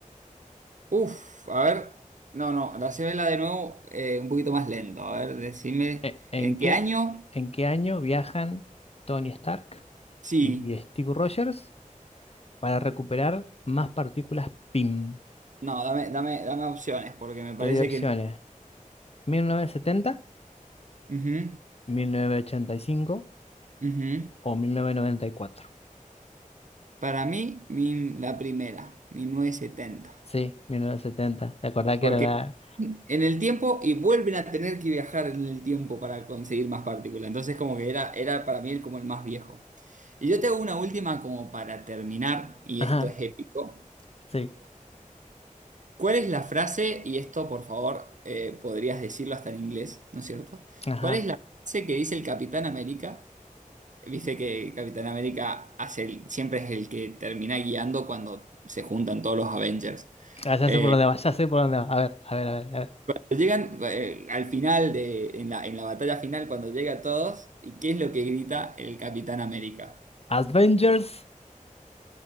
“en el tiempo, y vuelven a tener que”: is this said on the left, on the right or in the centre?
Right